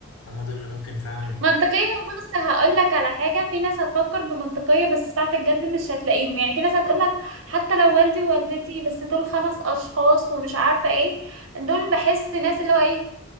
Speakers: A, on the left; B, on the right.
A: هما دول اللي ممكن فعلا
B: منطقية بص هقول لك على حاجة في ناس هتفكر بمنطقية بس ساعة الجد مش هتلاقيهم يعني في ناس هتقول لك حتى لو والدي ووالدتي بس دول خمس أشخاص ومش عارفة ايه دول بحس ناس اللي هو ايه